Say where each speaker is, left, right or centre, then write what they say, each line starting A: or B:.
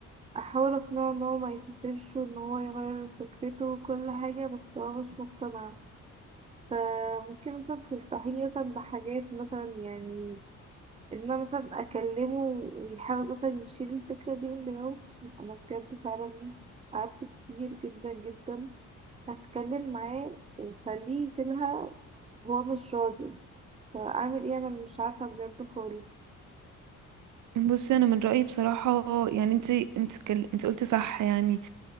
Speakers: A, on the right; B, on the right.
A: احاول اقنعه ان هو ما يسافرش وان هو يغير فكرته وكل حاجة بس هو مش مقتنع فممكن مثلا تنصحيني مثلا بحاجات مثلا يعني ان انا مثلا اكلمه ويحاول مثلا يشيل الفكرة دي من دماغه عشان انا بجد فعلا قعدت كتير جدا جدا هتكلم معاه وخليه يشيلها وهو مش راضي فاعمل ايه انا مش عارفة بجد خالص
B: بصي انا من رايي بصراحه يعني انت انت كل... انت قلتي صح يعني